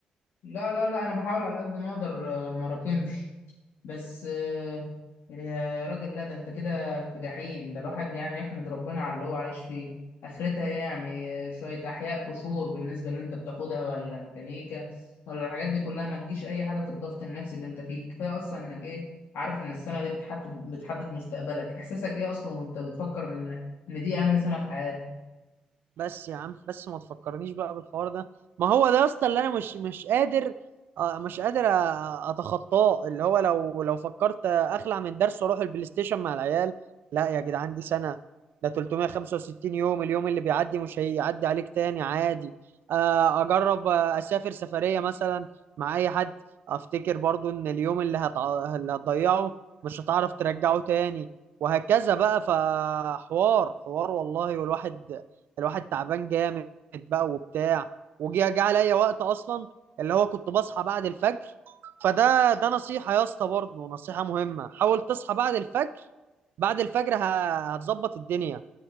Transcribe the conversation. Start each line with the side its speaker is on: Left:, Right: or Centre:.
Left: لا لا لا انا بحاول على قد ما اقدر آه، ما راكمش بس آه، يا راجل لا ده انت كده في جحيم ده الواحد يعني يحمد ربنا على اللي هو عايش فيه اخرتها إيه يعني آه، شوية احياء قشور بالنسبة اللي انت بتاخدها ولا ميكانيكا ولا الحاجات دي كلها ما تجيش اي حاجة في الضغط النفسي اللي انت فيه كفاية اصلا انك ايه عارف ان السنة دي بتحدد بتحدد مستقبلك احساسك ايه اصلا وانت بتفكر ان ان دي اهم سنة في حياتك
Right: بس يا عم بس ما تفكرنيش بقى بالحوار ده ما هو ده يا اسطى اللي انا مش مش قادر آه، مش قادر أ- اتخطاه اللي هو لو لو فكرت اخلع من درس واروح البلاي ستيشن مع العيال لا يا جدعان دي سنه ده 365 يوم اليوم اللي بيعدي مش هيعدي عليك تاني عادي آه، اجرب آه، اسافر سفريه مثلا مع اي حد افتكر برضو ان اليوم اللي هتع... اللي هتضيعه مش هتعرف ترجعه تاني وهكذا بقى فحوار حوار والله والواحد الواحد تعبان جامد بقى وبتاع وجي جه عليا وقت اصلا اللي هو كنت بصحى بعد الفجر فده ده نصيحة يا اسطى برضه نصيحة مهمة حاول تصحى بعد الفجر بعد الفجر ه- هتظبط الدنيا